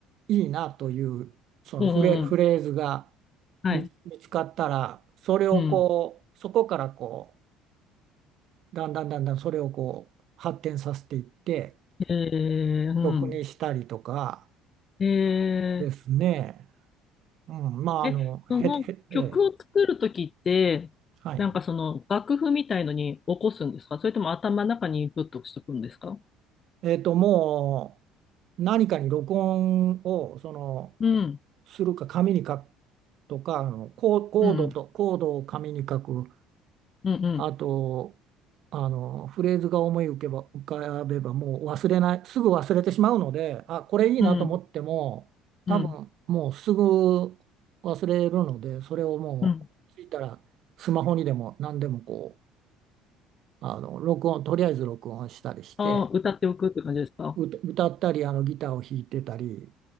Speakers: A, on the right; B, on the left.
A: いいなという、そのフレ、
B: うん、うん、
A: フレーズが
B: うんはい、
A: 見、見つかったら、それをこう、
B: うん。
A: そこからこう、だんだんだんだんそれをこう、発展させていって、
B: えー、うん。
A: 曲にしたりとか
B: え
A: ですね。
B: ー
A: うん、まあ、
B: え、
A: あの、
B: その曲を作るときって、
A: へ、へ、ええ、はい。
B: なんかその楽譜みたいのに起こすんですかそれとも頭の中にインプットしておくんですか
A: えっと、もう何かに録音をその
B: うん、
A: するか紙に書くとか、あのコー、コードとコードを紙に書く、
B: うん、うん、うん、
A: あとあのフレーズが思い浮けば浮かべばもう忘れない、すぐ忘れてしまうので、あ、これいいなと思っても、
B: うん、うん、
A: 多分もうすぐ忘れるので、それをもうついたらスマホにでも何でもこう、
B: うん。
A: あの録音、とりあえず録音したりして。
B: ああ、歌っておくって感じですか
A: 歌歌ったりあのギターを弾いてたり